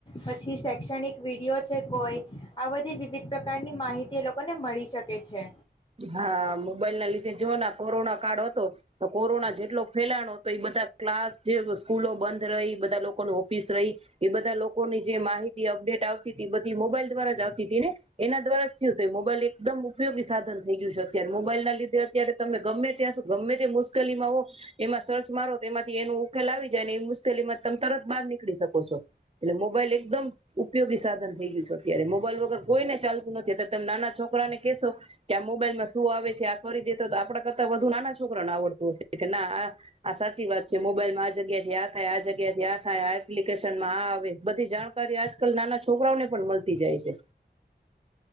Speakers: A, on the left; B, on the right.
A: પછી શૈક્ષણિક વિડીિયો છે કોઈ આ બધી વિવિધ પ્રકારની માહિતી એ લોકોને મળી શકે છે
B: હા મોબાઈલ ના જો ના કોરોના કાળ હતો તો કોરોના જેટલો ફેલાણ હતો એ બધા ક્લાસ જે સ્કૂલો બંધ રહી બધા લોકો ન ઓફિસ રહી એ બધા લોકોની જે માહિતી અપડેટ આવતી હતી એ બધી મોબાઈલ દ્વારા જ આવતી હતી ને એના દ્વારા થયું થય મોબાઈલ એકદમ ઉપયોગી સાધન અત્યારે મોબાઈલ ના લીધે અત્યારે તમે ગમે ત્યાં ગમે તે મુશ્કેલી માં હો એમાં સર્ચ મારો તો એમાંથી એનો ઉકેલ આવી જાય ને એ મુશ્કેલી માં તમે તરત બહાર નીકળી શકો છો એટલે મોબાઈલ એકદમ ઉપયોગી સાધન થઈ ગયું છે અત્યારે મોબાઈલ વગર કોઈને ચાલતું નથી અત્યારે તમે નાના છોકરા ને કહેશો. કે આ મોબાઈલમાં શું આવે છે આ કરી દેતો તો આપડ કરતાં વધુ નાના છોકરાઓને આવડતું હશે કે ના આ આ સાચી વાત છે મોબાઈલમાં આ જગ્યાથી આ થાય આ જગ્યાથી આ થાય આ એપ્લિકેશનમાં આ આવે બધી જાણકારી આજકાલ નાના છોકરાઓને પણ મળતી જાય છે